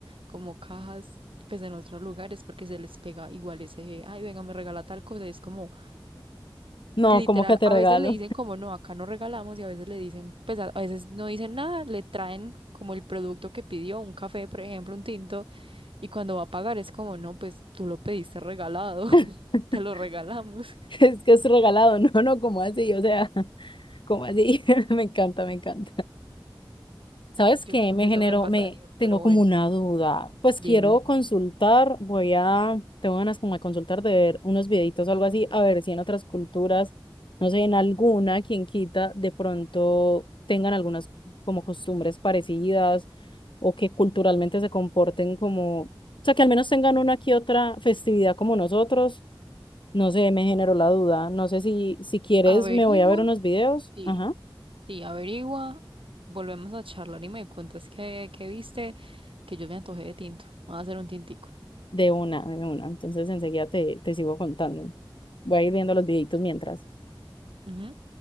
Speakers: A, on the right (about 80°); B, on the left (about 65°).
A: como cajas, pues en otros lugares, porque se les pega igual ese, ay, venga, me regala tal cosa. y es como...
B: No,
A: Literal,
B: ¿cómo que te
A: a
B: regalo?
A: veces le dicen como no, acá no regalamos y a veces le dicen, pues a, a veces no dicen nada, le traen como el producto que pidió, un café, por ejemplo, un tinto, y cuando va a pagar es como no, pues tú lo pediste regalado, <laughs>
B: <laughs>
A: te lo regalamos.
B: Es que es regalado, <laughs> no, no, ¿cómo así? O sea, ¿cómo así? <laughs> Me encanta, me encanta. ¿Sabes
A: Yo
B: qué?
A: creo
B: Me
A: que eso
B: generó,
A: me pasaría,
B: me tengo
A: pero bueno,
B: como una duda. Pues
A: dime.
B: quiero consultar, voy a, tengo ganas como de consultar, de ver unos videitos o algo así, a ver si en otras culturas, no sé, en alguna, quien quita, de pronto tengan algunas como costumbres parecidas o que culturalmente se comporten como, o sea, que al menos tengan una que otra festividad como nosotros. No sé, me generó la duda. No sé si, si quieres,
A: Averigua,
B: me voy a ver unos videos.
A: sí,
B: Ajá.
A: sí, averigua, volvemos a charlar y me cuentas qué, qué viste, que yo me antojé de tinto, me voy a hacer un tintico.
B: De una, de una. Entonces enseguida te, te sigo contando. Voy a ir viendo los videitos mientras.
A: Ujú.